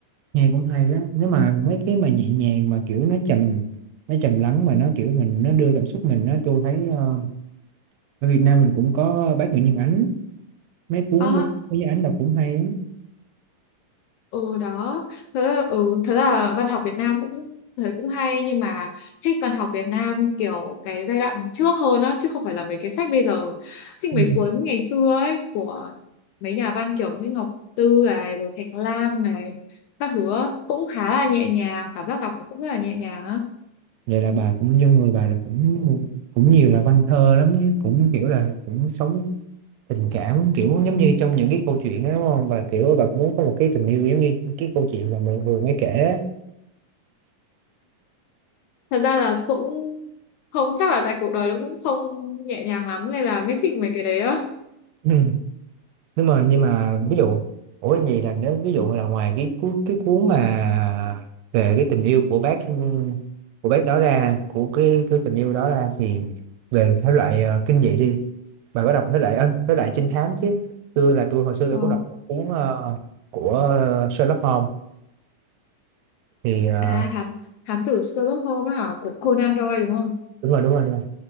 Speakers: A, on the right; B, on the left.
A: nghe cũng hay á nếu mà mấy cái mà nhẹ nhàng mà kiểu nó trầm nó trầm lắng mà nó kiểu mình nó đưa cảm xúc mình á tôi thấy ờ, ở Việt Nam mình cũng có bác Nguyễn Nhân Ánh mấy cuốn
B: À,
A: của bác Nguyễn Nhân Ánh đọc cũng hay lắm
B: ừ đó thế ừ, thế là văn học Việt Nam cũng thấy cũng hay nhưng mà thích văn học Việt Nam kiểu cái giai đoạn trước hơn đó chứ không phải là mấy cái sách bây giờ thích
A: Ừ.
B: mấy cuốn ngày xưa ấy của mấy nhà văn kiểu như Ngọc Tư này rồi Thạch Lam này các thứ á. cũng khá là nhẹ nhàng cảm giác đọc cũng rất là nhẹ nhàng á
A: vậy là bà cũng trong người bà là cũng cũng nhiều là văn thơ lắm ấy. cũng kiểu là cũng sống tình cảm kiểu giống như trong những cái câu chuyện đó đúng không bà kiểu bà muốn có một cái tình yêu giống như cái câu chuyện mà mình vừa mới kể á.
B: thật ra là cũng không chắc là tại cuộc đời nó cũng không nhẹ nhàng lắm nên là mới thích mấy cái đấy á
A: Ừ. nếu mà nhưng mà ví dụ ủa gì là nếu ví dụ là ngoài cái cuốn cái cuốn mà về cái tình yêu của bác của bác đó ra của cái cái tình yêu đó ra thì về thể loại ờ, kinh dị đi bà có đọc thể loại ơ, thể loại trinh thám chứ tôi là tôi hồi xưa
B: Ờ.
A: tôi cũng đọc một cuốn ờ, của Sherlock Holmes thì ờ,
B: à thám thám tử Sherlock Holmes á hả của Conan Doyle đúng không
A: đúng rồi đúng rồi đúng rồi